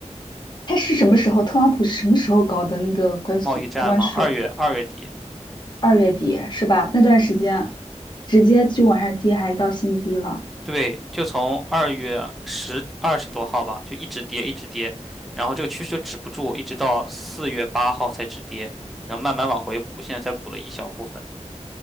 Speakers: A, on the left (about 40°); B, in the centre.
A: 他是什么时候？特朗普是什么时候搞的那个关税？
B: 贸易战嘛，
A: 关税
B: 二月二月底，
A: 二月底是吧？那段时间直接就往下跌，还到新低了。
B: 对，就从二月十二十多号吧，就一直跌一直跌，然后这个趋势就止不住，一直到四月八号才止跌，然后慢慢往回补，现在才补了一小部分。